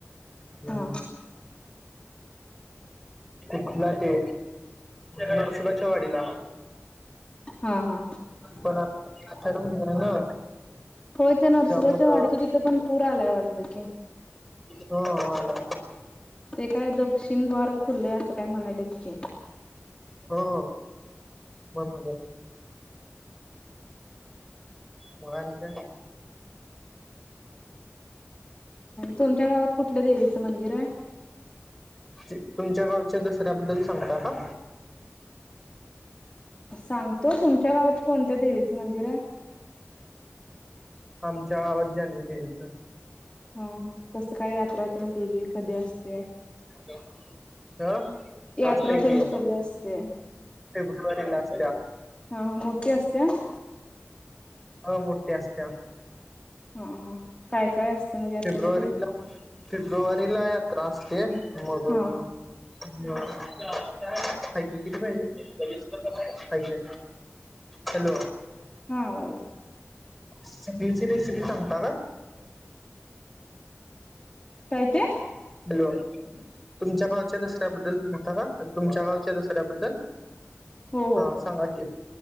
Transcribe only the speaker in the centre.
ह
कुठला ते नर्सुबाच्या वाडीला
पण अठड महिन आहे ना
त्यामुळं
हो हला
हा मन मलााक
तुमच्या गावच्या दसऱ्याबद्दल सांगता का
आमच्या आवाजनी द्यायचं
हो का ह
आजत
की आहे
फेब्रुवारीला अस
ह मोूर्ती असते
फेब्रुवारीला फेब्रुवारीला यात्रा असते मग
हो का क किती पाहिजे हॅलो
स ब सि री सिटी सांगता का
हॅलो तुमच्या गावच्या दसऱ्याबद्दल सांगता का तुमच्या गावच्या दसऱ्याबद्दल
हा सांगा की